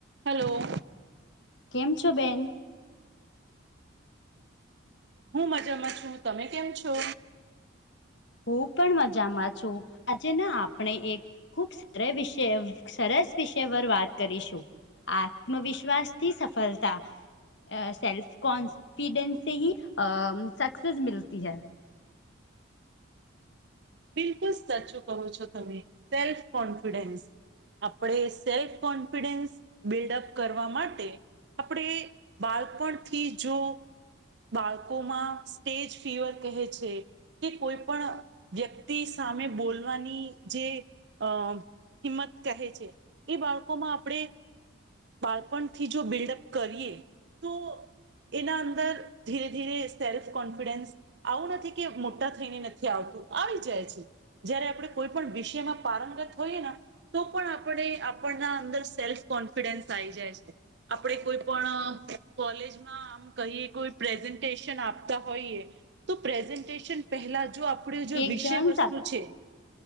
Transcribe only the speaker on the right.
Hello.
હું મજામાં છું, તમે કેમ છો?
બિલકુલ સાચું કહો છો તમે સેલ્ફ કોન્ફિડન્સ. આપડે સેલ્ફ કોન્ફિડન્સ બિલ્ડઅપ કરવા માટે આપડે બાલપણથી જો બાલકોમાં સ્ટેજ ફીવર કહે છે કે કોઈ પણ વ્યક્તિ સામે બોલવાની જે અ હિમ્મત કહે છે એ બાલકો માં આપડે બાલપણથી જો બિલ્ડઅપ કરીએ તો એના અંદર ધીરે ધીરે સેલ્ફ કોન્ફિડન્સ આવું નથી કે મોટા થઈને નથી આવતું આવી જાય છે. જયારે આપડે કોઈ પણ વિષયમાં પારંગત હોઈએન તો પણ આપડે આપણના અંદર સેલ્ફ કોન્ફિડન્સ આઈ જાય છે. આપડે કોઈ પણ કોલેજમાં આમ કહીએ કોઈ પ્રેઝન્ટેશન આપતા હોઈએ તો પ્રેઝન્ટેશન પહેલા જો આપડે જો
વિષય વસ્તુ
છે